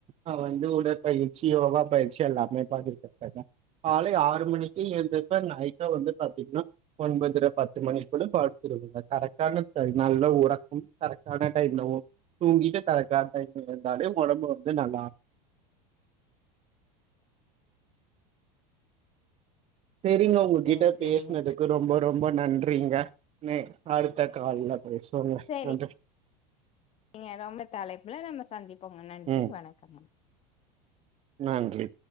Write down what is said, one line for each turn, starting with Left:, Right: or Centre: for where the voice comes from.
Right: ஹ் வந்து உடற்பயிற்சி யோகா பயிற்சி எல்லாமே பாத்துட் ருக்காங்க காலை ஆறு மணிக் இருந்த பே நைட்டா வந்து பாத்தீங்ன்னா ஒன்பதுல பத்து மணிக்குள்ள படுத்துருவங்க கரெக்டான நல்ல உறக்கம் கரெக்டான டைம்லவும் தூங்கிட்டு கரெக்டான டைம்ல இருந்தாலே ஒடம்பு வந்து நல்லா இரு செரிங்க உங்ககிட்ட
Left: சரி சரிங்க
Right: பேசுனதுக்கு ரொம்ப ரொம்ப நன்றிங்க நெ அடுத்த கால்ல பேசுவோங்க
Left: செரி
Right: நன்றி
Left: நீங்க ரொம்ப தலைப்புல நம்ம சந்திப்போங்க நன்றி
Right: ம்
Left: வணக்கம்
Right: நன்றி